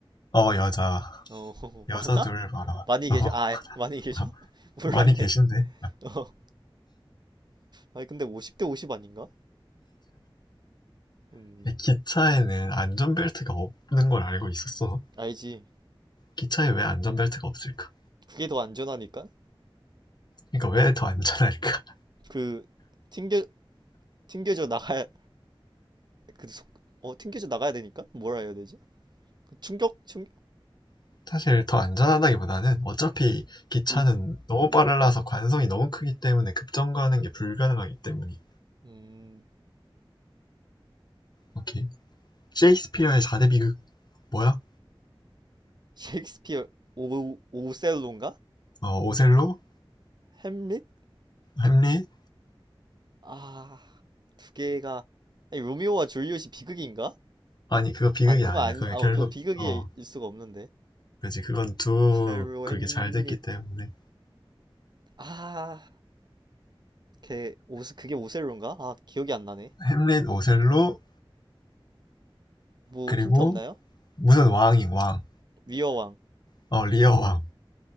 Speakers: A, on the left; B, on the right.
A: 어 여자
B: 어, <laughs>
A: 여자
B: 많아?
A: 둘 봐라
B: 많이 계셔?
A: 어
B: 아, 예. 많이 계셔?
A: <laughs>
B: <laughs> 몰랐네.
A: 많이 계신데
B: 어. 아니, 근데 50대 50 아닌가? 음,
A: 기차에는 안전벨트가 없는 걸 알고 있었어
B: 알지.
A: 기차에 왜 안전벨트가 없을까
B: 그게 더 안전하니까?
A: 그러니까 왜 더 안전할까
B: 그, 튕겨, 튕겨져 나가야, 그, 속, 어, 튕겨져 나가야 되니까? 뭐라 해야 되지? 그 충격? 충격?
A: <laughs> 사실 더 안전하다기보다는 어차피 기차는
B: 이-
A: 너무
B: 음,
A: 빨라서 관성이 너무 크기 때문에 급정거하는 게 불가능하기 때문이
B: 음,
A: 오케이 셰익스피어의 4대 비극 뭐야
B: 셰익스피어, 오, 오셀로인가?
A: 어 오셀로
B: 햄릿?
A: 햄릿
B: 아, 두 개가, 아니, 로미오와 줄리엣이 비극인가?
A: 아니 그거 비극이
B: 아니, 그건
A: 아니야
B: 아닌
A: 그게
B: 아,
A: 결국
B: 그거 비극일
A: 어
B: 수가 없는데.
A: 그지 그건 두
B: 오셀로,
A: 그게
B: 햄릿.
A: 잘 됐기 때문에
B: 아, 걔 오스 그게 오셀로인가? 아, 기억이 안 나네.
A: 햄릿 오셀로
B: 뭐
A: 그리고
B: 힌트 없나요?
A: 무슨 왕인 왕.
B: 위어왕.
A: 어, 리어 왕.